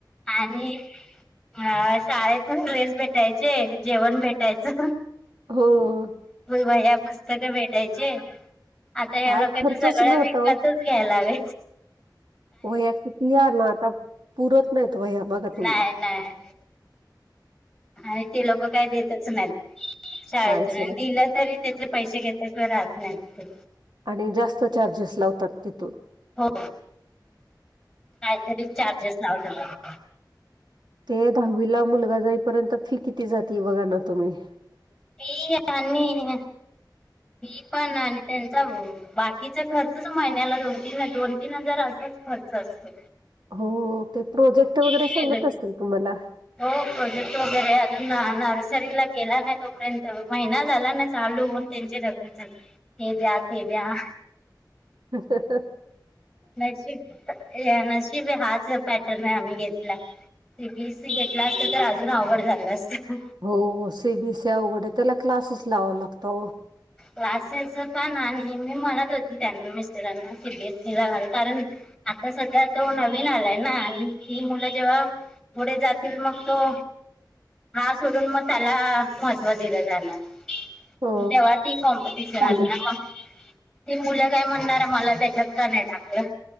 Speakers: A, in the centre; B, on the right (about 70°).
A: आणि हा शाळेतून ड्रेस भेटायचे जेवण भेटायचं
B: हो.
A: भाईया पुस्तक भेटायचे आता
B: काय
A: या लोकांना
B: खर्चच
A: सगळं
B: नव्हता
A: विकतच
B: ओ
A: घ्यायला हव
B: वया किती या ना आता पुरत नाहीत वया बघा तुम्ही
A: नाही नाही. आणि ते लोक काय देतच नाहीत शाळेतून
B: कायच
A: आणि
B: नाही
A: दिलं तरी त्याच पैसे घेतल्याशिवाय राहत नाही.
B: आणि जास्त चार्जेस लावतात तिथून
A: हो.
B: ह.
A: काहीतरी चार्जेस लावत.
B: <unintelligible> ते दहावीला मुलगा जाईपर्यंत फी किती जाते बघा ना तुम्ही?
A: त आणि पी पण आणि त्यांचा ब बाकीचा खर्चच महिन्याला दोन तीन दोन तीन हजार असाच खर्च असतो.
B: हो ते प्रोजेक्ट वगैरे
A: वेगळं
B: सांगत असेतील तुम्हाला
A: हो प्रोजेक्ट वगैरे अजून नर्सरीला गेला ना तोपर्यंत महिना झाला ना. चालू त्यांचे न हे द्या हे द्या.
B: ह.
A: नशीब नशीब हाच पॅटर्न आहे आम्ही घेतला. सीबीएससी घेतला असत तर अजून ऑवड झालं असत
B: हो सीबीएस वगरे त्याला क्लासेस लावा लागत.
A: क्लासेच पण आणि मी म्हणत होती त्यांना मिस्टरांना सी बीएस सी ला घाल कारण आता सध्या तो नवीन आलाय ना ही मुलं जेव्हा पुढे जातील मग तो हा सोडून मग त्याला महत्त्व दिलं जालं.
B: ओ
A: तेवती कॉम्पिटिशनम्श
B: अ
A: क मुलं काय म्हणणार मला त्याच्यात का नाही टाकलं.